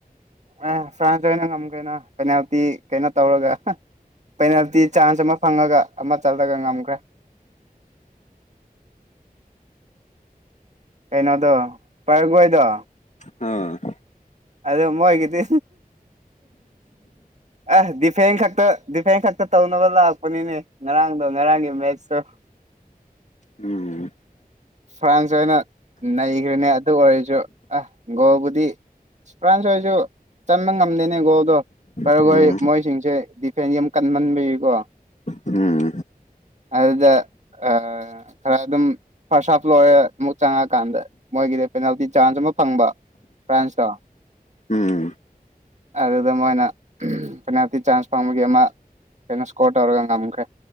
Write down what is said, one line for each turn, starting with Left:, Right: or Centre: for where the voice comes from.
Right: ꯑꯦ ꯐ꯭ꯔꯥꯟꯁ ꯑꯣꯏꯅ ꯉꯝ ꯀꯦꯩꯅꯣ ꯄꯦꯅꯥꯜꯇꯤ ꯀꯩꯅꯣ ꯇꯧꯔꯒ ꯄꯦꯅꯥꯜꯇꯤ ꯆꯥꯟꯁ ꯑꯃ ꯐꯪꯉꯒ ꯑꯃ ꯆꯠꯂꯒ ꯉꯝꯈ꯭ꯔꯦ ꯑꯩꯅꯗꯣ ꯄꯔꯒꯣꯏꯗꯣ
Left: ꯑ
Right: ꯑꯗꯝꯕꯗꯤ ꯑꯁ ꯗꯤꯐꯦꯟ ꯈꯛꯇ ꯗꯤꯐꯦꯟ ꯈꯛꯇ ꯇꯧꯅꯕ ꯂꯥꯛꯄꯅꯤꯅꯦ ꯉꯔꯥꯡꯗ ꯉꯔꯥꯡꯒꯤꯦ ꯃꯁꯨ
Left: ꯎꯝ
Right: ꯐ꯭ꯔꯥꯟꯁ ꯑꯣꯏꯅ ꯅꯩꯈ꯭ꯔꯦꯅꯦ ꯑꯗꯨ ꯑꯣꯏꯔꯁꯨ ꯑ ꯒꯣꯜꯕꯨꯗꯤ ꯐ꯭ꯔꯥꯟꯁ ꯔꯁꯨ ꯆꯃ ꯅꯅꯦꯀꯣ ꯑꯗꯣ ꯈꯔ
Left: ꯎꯝ
Right: ꯍꯣꯏ ꯃꯣꯏꯁꯤꯡꯁꯦ ꯗꯤꯐꯦꯟꯁ ꯌꯥꯝ ꯀꯟꯍꯟꯕꯤꯀꯣ
Left: ꯎꯝ
Right: ꯑꯗꯨꯗ ꯑ ꯈꯔ ꯑꯗꯨꯝ ꯐꯥꯔꯁ ꯍꯥꯞ ꯂꯣꯏꯔꯦ ꯑꯃꯨꯛ ꯆꯪꯉꯀꯥꯟꯗ ꯃꯣꯏꯒꯤꯗꯤ ꯄꯦꯅꯥꯜꯇꯤ ꯆꯥꯟꯁ ꯑꯃ ꯐꯪꯕ ꯐ꯭ꯔꯥꯟꯁꯇ
Left: ꯎꯝ
Right: ꯑꯗꯨꯗ ꯃꯣꯏꯅ ꯐꯅꯥꯇꯤ ꯆꯥꯟꯁ ꯐꯪꯕꯒꯤ ꯑꯃ ꯀꯩꯅꯣ ꯏꯁꯀꯣꯔ ꯇꯧꯔꯒ ꯉꯝꯈ꯭ꯔꯦ